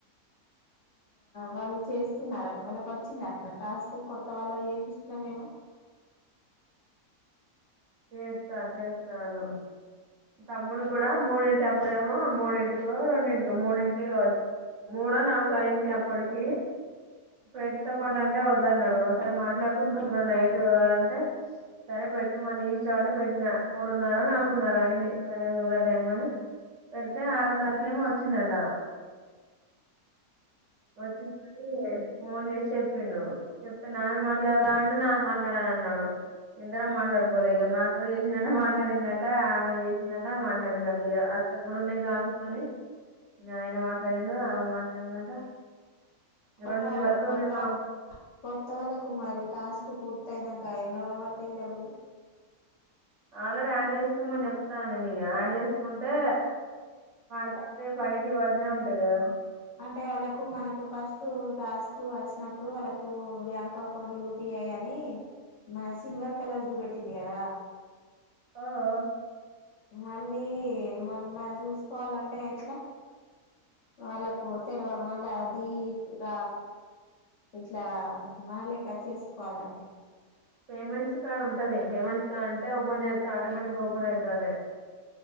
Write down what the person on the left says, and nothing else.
వాళ్ళు చేస్తున్నారు అట్ట వాళ్ళకి వచ్చిందట్నా టాస్క్ కొత్త వాళ్ళు యేడిస్తావేమో,
కొత్త
వాళ్ళక్
కొత్త
కొత్త వాళ్ళ కుమారి టాస్క్ పూర్తయినా పడినోళ్ళకే పడతాయి డబ్బులు
అంటే వాళ్ళకు మనకు ఫస్ట్ టాస్క్ వచ్చినప్పుడు వాళ్ళకు బ్యాంక్ అకౌంట్ యూపిఐ అని మన సిల్వర్ కలర్ చూపెట్టింది కదా
మళ్ళీ మళ్ళా చూసుకోవాలంటే ఎట్లా వాళ్ళకు తెలవా మళ్ళా అది రా ఇట్లా మన లెక్క చేసుకోవాలంటే <inaudible>